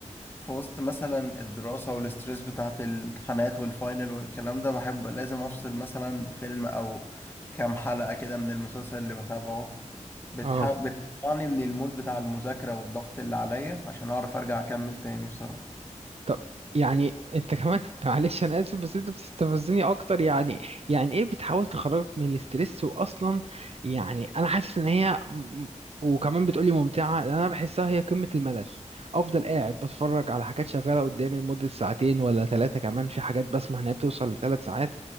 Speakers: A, on the left; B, on the right.
A: في وسط مثلا الدراسة والستريس بتاعت الامتحانات والفاينل والكلام ده بحب لازم أفصل مثلا بفيلم أو كام حلقة كده من المسلسل اللي بتابعه بتح...
B: اه
A: بتطلعني من المود بتاع المذاكرة والضغط اللي عليا عشان أعرف أرجع أكمل تاني بصراحة
B: طب يعني انت كمان <laughs> معلش انا اسف بس انت بتستفزني اكتر يعني يعني ايه بتحاول تخرجك من الاسترس واصلا يعني انا حاسس ان هي م- م- وكمان بتقولي ممتعه انا بحسها هي قمه الملل افضل قاعد بتفرج على حاجات شغاله قدامي لمده ساعتين ولا ثلاثه كمان في حاجات بسمع انها بتوصل لثلاث ساعات